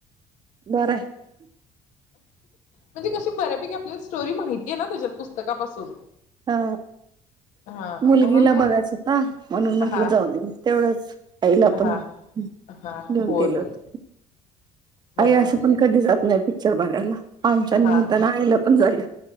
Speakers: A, on the right (about 35°); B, on the left (about 75°).
A: बराय
B: म्हणजे कशी बऱ्यापैकी आपलीस स्टोरी माहितीये ना त्याच्यात पुस्तकापासून
A: हा
B: हा
A: मुलगीला
B: म्हणून मग
A: बघायच होता म्हणून म्हंटलं
B: हा
A: जाऊन तेवढंच आईला
B: हा
A: पण घेऊन
B: हा हा होय
A: गेलो
B: होय
A: होत
B: बरं
A: आई
B: झालं
A: असं
B: बरं
A: पण कधी जात नाही पिक्चर बघायला आमच्या निमित्तानं
B: हा
A: आईला बंद झालं.